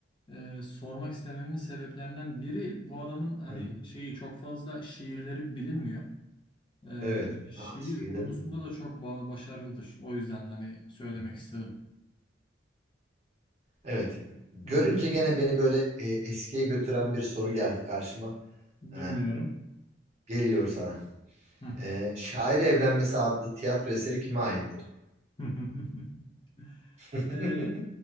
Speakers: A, on the left; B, on the right.
A: e, sormak istememin sebeplerinden biri bu adamın hani
B: Hı.
A: şeyi çok fazla şiirleri bilinmiyor. Ee,
B: Evet.
A: şiir
B: Ha, şeyleri
A: konusunda
B: de var.
A: da çok ba- başarılıdır. O yüzden hani söylemek
B: Hı hı.
A: istedim.
B: Evet. Görünce
A: Hı hı.
B: gene beni böyle e, eskiye götüren bir soru geldi karşıma.
A: Dinliyorum.
B: Ee, geliyor sana.
A: Hı.
B: Ee, Şair Evlenmesi adlı tiyatro eseri kime aittir?
A: <laughs>
B: <laughs>
A: Ee,